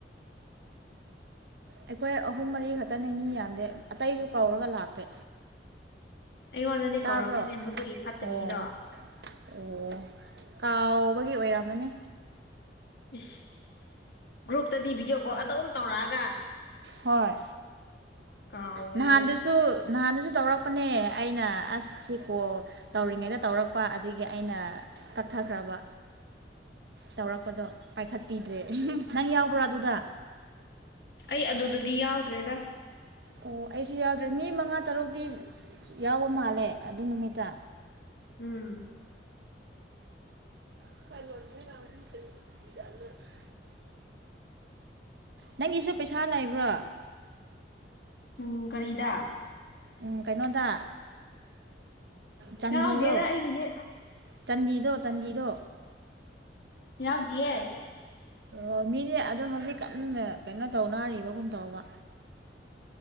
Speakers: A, on the right; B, on the left.
A: ꯑꯩꯈꯣꯏ ꯑꯍꯨꯝ ꯃꯔꯤ ꯈꯛꯇꯅꯦ ꯃꯤ ꯌꯥꯝꯗꯦ ꯑꯇꯩꯁꯨ ꯀꯧꯔꯒ ꯂꯥꯛꯇꯦ
B: ꯑꯩꯉꯣꯟꯗꯗꯤ
A: ꯇꯥꯕ꯭ꯔꯣ
B: ꯀꯧꯔꯛꯇꯦꯅꯦ ꯃꯗꯨꯒꯤ ꯐꯠꯇꯕꯤꯗꯣ
A: ꯑꯣ ꯑꯣ ꯀꯥꯎꯕꯒꯤ ꯑꯣꯏꯔꯝꯃꯅꯤ
B: ꯏꯁ ꯒ꯭ꯔꯨꯞꯇꯗꯤ ꯚꯤꯗꯤꯑꯣ ꯀꯣꯜ ꯑꯗꯨꯝ ꯇꯧꯔꯛꯑꯒ
A: ꯍꯣꯏ
B: ꯀꯥꯎꯋꯦꯍꯦ
A: ꯅꯍꯥꯟꯗꯨꯁꯨ ꯅꯍꯥꯟꯗꯁꯨ ꯇꯧꯔꯛꯄꯅꯦ ꯑꯩꯅ ꯑꯁꯁꯤꯀꯣ ꯇꯧꯔꯤꯉꯩꯗ ꯇꯧꯔꯛꯄ ꯑꯗꯨꯒꯤ ꯑꯩꯅ ꯀꯛꯊꯈ꯭ꯔꯕ ꯇꯧꯔꯛꯄꯗꯣ ꯄꯥꯏꯈꯠꯄꯤꯗ꯭ꯔꯦ ꯅꯪ ꯌꯥꯎꯕ꯭ꯔꯣ ꯑꯗꯨꯗ
B: ꯑꯩ ꯑꯗꯨꯗꯗꯤ ꯌꯥꯎꯗ꯭ꯔꯦꯗ
A: ꯑꯣ ꯑꯩꯁꯨ ꯌꯥꯎꯗ꯭ꯔꯦ ꯃꯤ ꯃꯉꯥ ꯇꯔꯨꯛꯇꯤ ꯌꯥꯎꯕ ꯃꯥꯜꯂꯦ ꯑꯗꯨ ꯅꯨꯃꯤꯠꯇ
B: ꯎꯝ
A: <unintelligible> ꯅꯪꯒꯤꯁꯨ ꯄꯩꯁꯥ ꯂꯩꯕ꯭ꯔꯣ
B: ꯎꯝ ꯒꯥꯔꯤꯗ
A: ꯎꯝ ꯀꯩꯅꯣꯗ ꯆꯥꯟꯗꯤꯗꯣ
B: ꯌꯥꯎꯗꯦꯗ ꯑꯩꯒꯤꯗꯤ
A: ꯆꯥꯟꯗꯤꯗꯣ ꯆꯥꯟꯗꯤꯗꯣ
B: ꯌꯥꯎꯗꯤꯑꯦ
A: ꯑꯣ ꯃꯤꯗꯤ ꯑꯗꯣ ꯍꯧꯖꯤꯛ ꯀꯟꯅ ꯀꯩꯅꯣ ꯇꯧꯅꯔꯤꯕꯒꯨꯝ ꯇꯧꯕ